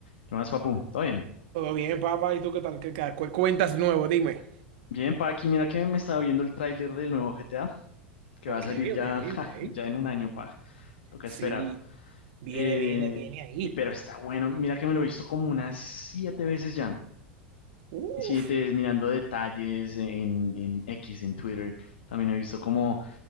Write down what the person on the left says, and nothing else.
¿Qué más, papu? ¿Todo bien?
Bien, pa, aquí mira que me estaba viendo el tráiler del nuevo GTA, que
va a salir ya,
<laughs> ja,
ya en un año, pa. Toca
esperar.
Eh,
y pero está bueno, mira que me lo he visto como unas siete veces ya.
Siete veces mirando detalles en, en X, en Twitter. También he visto como